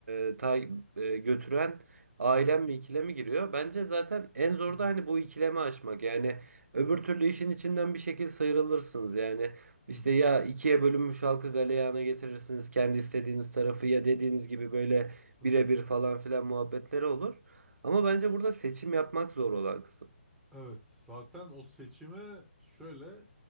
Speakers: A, on the right (about 75°); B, in the centre.
A: e, ta- e, götüren ailem mi ikilemi giriyor. Bence zaten en zor
B: hı hı,
A: da hani bu ikilemi aşmak. Yani öbür
B: hı hı,
A: türlü işin içinden bir şekilde sıyrılırsınız. Yani işte
B: hı hı,
A: ya ikiye bölünmüş halkı galeyana getirirsiniz kendi istediğiniz tarafı ya dediğiniz gibi böyle
B: hı
A: birebir
B: hı.
A: falan filan muhabbetleri olur. Ama bence burada seçim yapmak zor olan kısım.
B: Evet zaten o seçimi şöyle